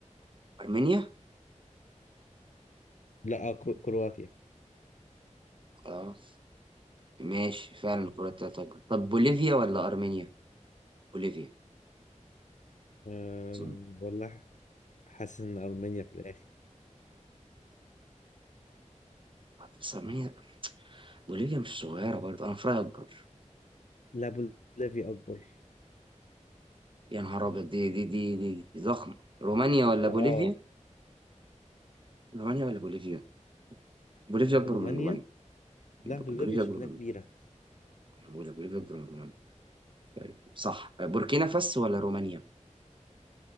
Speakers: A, on the right (about 40°); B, on the left (about 70°).
A: أرمينيا؟
B: لا آه، كرو- كرواتيا
A: خلاص ماشي فعلا كرواتيا طب طب بوليفيا ولا أرمينيا؟ بوليفيا
B: أه
A: أظن
B: والله حاسس ان ارمينيا في الاخر
A: بس أرمينيا بوليفيا مش صغيرة برضه أنا فراغ أكبر.
B: لا بوليفيا اكبر
A: يا نهار أبيض دي دي دي دي دي ضخمة رومانيا ولا
B: لا
A: بوليفيا؟
B: اه
A: رومانيا ولا بوليفيا؟ بوليفيا
B: آه،
A: أكبر
B: رومانيا
A: من رومانيا
B: لا
A: ب-
B: بوليفيا
A: بوليفيا
B: شكلها
A: أكبر من
B: كبيرة
A: رومانيا. بوليفيا أكبر من رومانيا طيب صح بوركينا فاسو ولا رومانيا؟